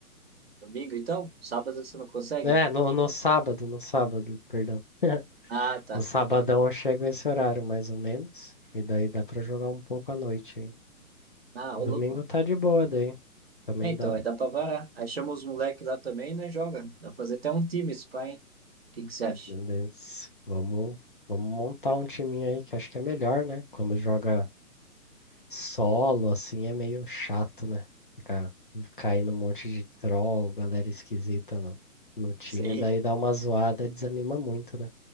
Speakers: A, on the right; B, on the left.
A: Domingo, então? Sábado você não consegue?
B: É, no, no sábado, no sábado, perdão. <laughs>
A: Ah, tá.
B: No sabadão
A: Beleza.
B: eu chego esse horário, mais ou menos. E daí dá pra jogar um pouco à noite, hein?
A: Ah, ô
B: Domingo
A: louco.
B: tá de boa, daí. Também
A: É, Então,
B: dá.
A: aí dá pra varar. Aí chama os moleques lá também, né? Joga. Dá pra fazer até um time, esse pai, hein? O que que você acha?
B: Beleza. Vamos, vamos montar um timinho aí que acho que é melhor, né? Quando joga solo, assim, é meio chato, né? Ficar caindo um monte de troll, galera esquisita no, no time.
A: Sim,
B: Daí dá uma zoada, desanima muito, né?